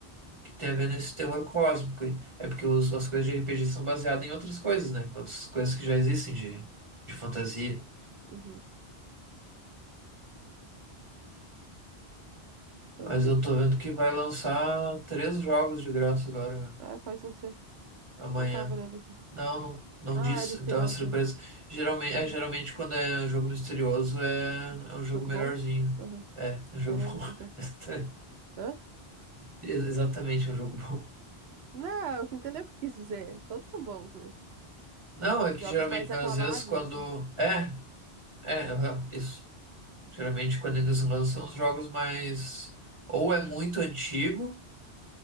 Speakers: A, on the right (about 30°); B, on the right (about 80°).
A: que tem a ver nesse terror cósmico. aí. É porque os- as coisas de RPG são baseadas em outras coisas, né? Outras coisas que já existem de, de fantasia.
B: Uhum. Mas
A: Mas
B: bem.
A: eu tô vendo que vai lançar três jogos de graça agora,
B: Ah, quais vão ser?
A: amanhã.
B: Não tava olhando aqui.
A: Não, não,
B: Ah,
A: não disse.
B: é misterioso,
A: Então é surpresa.
B: né?
A: Geralmente, é,
B: <clears throat> Hum,
A: geralmente quando é um jogo misterioso é,
B: hum.
A: é um jogo
B: Jogo
A: melhorzinho.
B: bom? Aham.
A: É, é um jogo
B: Veremos
A: bom. <laughs>
B: então. Hã?
A: Ex- Exatamente, é um jogo bom.
B: Não, tu entendeu o que eu quis dizer. Todos são bons, mas
A: Não, é
B: jogos
A: que geralmente,
B: mais aclamados,
A: às vezes quando.
B: assim.
A: É, é, aham, isso. Geralmente quando eles lançam os jogos mais. Ou é muito antigo,